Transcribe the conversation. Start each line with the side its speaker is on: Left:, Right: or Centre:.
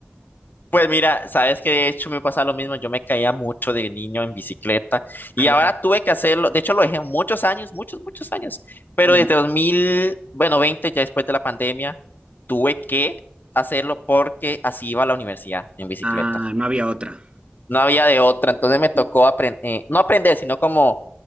Left: Pues mira, sabes que de hecho me pasa lo mismo, yo me caía mucho de niño en bicicleta y
Right: Ah, ya,
Left: ahora tuve que hacerlo, de hecho lo dejé muchos años, muchos, muchos años, pero
Right: ya.
Left: desde 2000 bueno, 20 ya después de la pandemia, tuve que hacerlo porque así iba a la universidad en bicicleta.
Right: Ah, no había otra.
Left: no había de otra, entonces me tocó aprender, no aprender, sino como